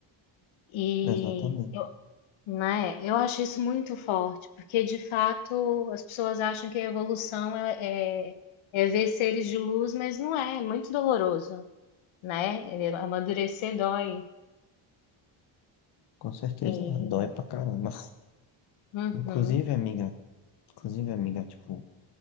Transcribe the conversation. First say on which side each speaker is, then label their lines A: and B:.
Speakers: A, on the left (about 70°); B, on the left (about 55°).
A: E
B: Exatamente.
A: eu, né, eu acho isso muito forte, porque de fato as pessoas acham que a evolução é, é, é ver seres de luz, mas não é, é muito doloroso. Né, amadurecer dói.
B: Com certeza,
A: Sim.
B: dói pra caramba.
A: Uhum.
B: Inclusive, amiga, inclusive, amiga, tipo,